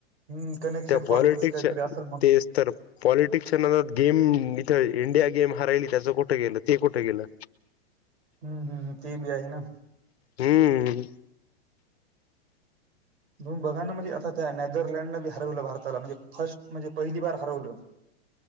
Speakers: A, on the right; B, on the left.
A: हम्म कनेक्शन
B: त्या
A: पॉलिटिक्स
B: पॉलिटिकसच्या
A: काहीतरी असेल मग
B: तेच तर पॉलिटिक्सच्या न गेम इथं इंडिया गेम हरायली त्याचं कुठं गेलं ते कुठं गेलं
A: हम्म हम् तेबजय ना
B: हम्म
A: म्हण बघा ना म्हणजे आता त्या नेदरलँडन बी हरवलं भारताला म्हणजे फर्स्ट म्हणजे पहिली बार हरवलं